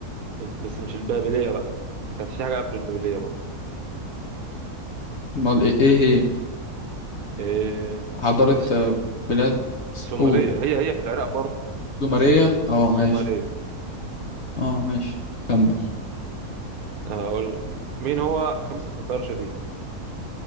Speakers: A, on the right; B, on the left.
A: بس مش البابلية بقى كانت في حاجة قبل البابلية برضو
B: امال ايه إيه هي
A: آم،
B: حضارة
A: الس-
B: آه، بلاد
A: السومرية
B: قول
A: هي هي في العراق برضو
B: زمرية
A: بس
B: اه
A: السومرية
B: ماشي اه ماشي كمل
A: هقول لك مين هو خمسة خلفاء راشدين